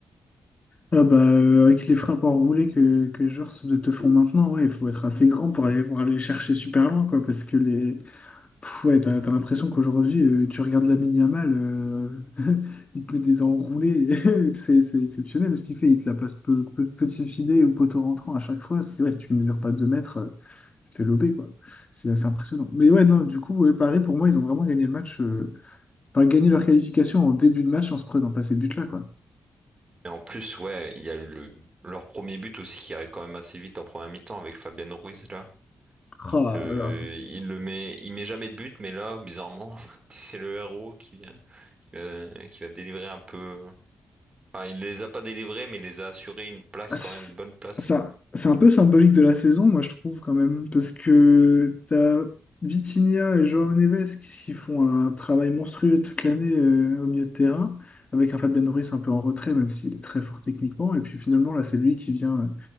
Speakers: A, on the left (about 35°); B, on the right (about 30°).
A: Ah bah, euh, avec les frappes enroulées que, que les joueurs se- te font maintenant, ouais, il faut être assez grand pour aller, pour aller les chercher super loin, quoi, parce que les, Pff, Ouais, t'as, t'as l'impression qu'aujourd'hui, euh, tu regardes Lamine Yamal, euh, <laughs> il te met des enroulés, <laughs> c'est c'est exceptionnel ce qu'il fait, il te la place peu, peu- petit filet ou poteau rentrant à chaque fois. C'est vrai, si tu ne mesures pas 2 mètres, euh, tu te fais lober, quoi. C'est assez impressionnant. Mais ouais, non, du coup, ouais, Paris, pour moi, ils ont vraiment gagné le match, euh, enfin, gagné leur qualification en début de match en se prenant pas ces buts-là, quoi.
B: Et en plus, ouais, il y a eu le, leur premier but aussi qui arrive quand même assez vite en première mi-temps avec Fabian Ruiz là.
A: Ah
B: Euh,
A: là là,
B: il le met, il met jamais de but, mais là, bizarrement, <laughs> c'est le héros qui vient, qui va, qui va délivrer un peu. Enfin, il les a pas délivrés, mais il les a assurés une place
A: Ah,
B: quand
A: C'est
B: même, une bonne place.
A: c'est un, c'est un peu symbolique de la saison, moi je trouve quand même, parce que t'as Vitinha et João Neves qui font un travail monstrueux toute l'année euh, au milieu de terrain, avec un Fabian Ruiz un peu en retrait, même s'il est très fort techniquement. Et puis finalement, là, c'est lui qui vient, euh,